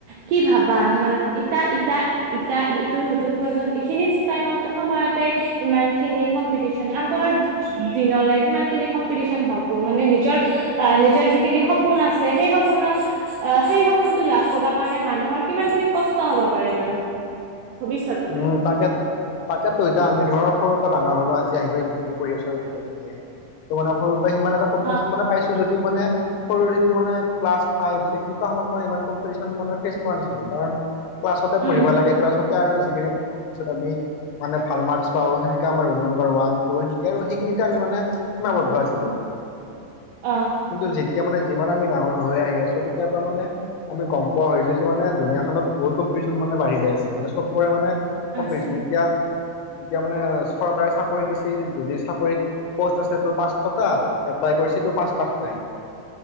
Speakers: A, on the right; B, on the left.
A: কি ভাবা ধৰ ইটা-ইটা ইটা এইটো নতুন প্ৰজন্ম, এইখিনি টাইমত সময়তে ইমানখিনি কম্পিটিচন আগৰ দিনলে কিমানখিনি কম্পিটিচন হ'ব মানে নিজৰ অহ, নিজৰ যিখিনি সপোন আছে, সেই সপোনক অহ, সেই সপোনটো লাভ কৰিব কাৰণে মানুহৰ কিমানখিনি কষ্ট হ'বা পাৰে বাৰু। ভৱিষ্যতলৈ
B: উম, তাকে তাকেটো এতিয়া আমি ধৰ সৰুৰ পৰা ডাঙৰ হ'লো, আজি আহিফেলে ডিগ্ৰী পঢ়ি আছোঁ আমি গোটেইখিনিয়ে। ত' মানে সৰুৰ পৰা সিমান এটা কম্পিটিশন
A: অ
B: মানে পাইছোঁ যদিও মানে সৰুতে মানে ক্লাচ ফাইভ চিকচ্ সেনেকোৱা সময়ত মই ইমান কম্পিটিশন ফেচ কৰা নাছিলোঁ কাৰণ ক্লাছতে পঢ়িব
A: উম
B: লাগে, ক্লাছতে আৰু যিখিনি পিছত আমি মানে ভাল মাৰ্ক পাওঁ সেনকে আমাৰ ৰোল নম্বাৰ ওৱাম ট্ৰো সেনেকে আৰু সেইখিনিতে আমি মানে সিমাবদ্ধ আছিলোঁ।
A: অহ।
B: কিন্তু যেতিয়া মানে যিমান আমি ডাঙৰ হৈ হৈ আহি আছোঁ তেতিয়াৰ পৰা মানে আমি গম পোৱা হৈছো যে মানে দুুনীয়াখনত বহুত কম্পিটিচন মানে বাঢ়ি যাই আছে। ‌ মানে চব চবৰে মানে কম্পিটিশন
A: আছে
B: এতিয়া এতিয়া মানে চৰকাৰে চাকৰি দিছি, যদি চাকৰিত প'ষ্ট আছে তোৰ পাঁচশটা, এপ্লাই কৰিছে তোৰ পাঁচ লাখ তাই